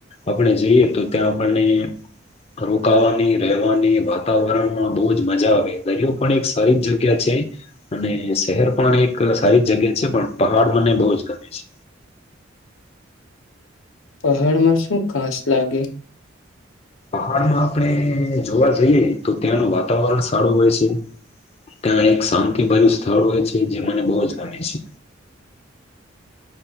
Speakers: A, on the left; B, on the left.
A: આપણે જઈએ તો ત્યાં આપણને રોકાવાની રહેવાની વાતાવરણમાં બહુ જ મજા આવે દરિયો પણ એક સારી જ જગ્યા છે અને શહેર પણ એક સારી જ જગ્યા છે પણ પહાડ મને બહુ જ ગમે છે
B: પહાડમાં શું ઘાસ લાગે
A: પહાડમાં આપણે જોવા જઈએ તો ત્યાંનું વાતાવરણ સારું હોય છે ત્યાં એક શાંતિભર્યું સ્થળ હોય છે જે મને બહુ જ ગમે છે